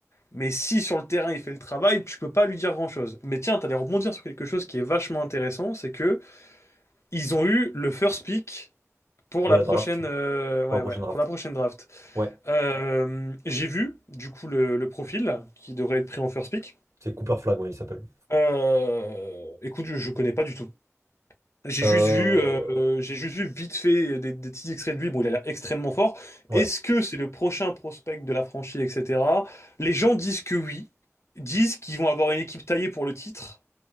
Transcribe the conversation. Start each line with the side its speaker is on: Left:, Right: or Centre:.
Left: mais si sur le terrain il fait le travail, tu peux pas lui dire grand-chose. Mais tiens, t'allais rebondir sur quelque chose qui est vachement intéressant, c'est que. Ils ont eu le first pick pour
Right: de
Left: la
Right: la
Left: prochaine,
Right: draft,
Left: euh, ouais,
Right: pour la prochaine
Left: ouais,
Right: draft.
Left: pour la prochaine draft.
Right: Ouais,
Left: Euh, j'ai vu, du coup, le, le profil qui devrait être pris en first pick.
Right: c'est Cooper Flag, ouais, il s'appelle.
Left: Euh, écoute, je, je connais pas du tout. J'ai
Right: Euh...
Left: juste vu, euh, j'ai juste vu vite fait des, des petits extraits de lui. Bon, il a l'air extrêmement fort.
Right: Ouais,
Left: Est-ce que c'est le prochain prospect de la franchise, etc. Les gens disent que oui, disent qu'ils vont avoir une équipe taillée pour le titre.